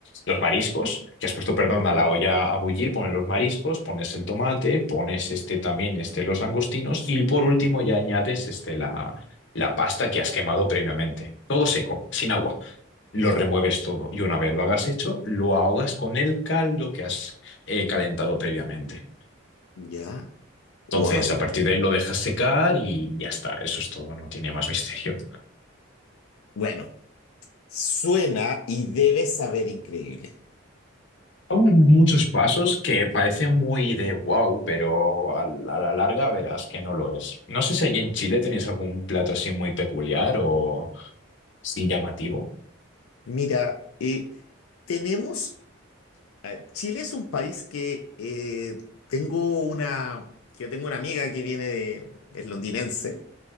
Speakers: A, on the left; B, on the left.
A: los mariscos, que has puesto, perdón, a la olla a bullir, pones los mariscos, pones el tomate, pones este también, este, los langostinos, y por último ya añades este, la, la pasta que has quemado previamente. Todo seco, sin agua. Lo remueves todo y una vez lo hagas hecho, lo ahogas con el caldo que has eh, calentado previamente.
B: Ya.
A: Entonces,
B: Wow.
A: a partir de ahí lo dejas secar y ya está. Eso es todo, no tiene más misterio.
B: Bueno, suena y debe saber increíble.
A: Son muchos pasos que parecen muy de wow, pero a la, a la larga verás que no lo es. No sé si allí en Chile tenéis algún plato así muy peculiar o sin llamativo.
B: Mira, eh, tenemos, eh, Chile es un país que eh, tengo una, que tengo una amiga que viene de, es londinense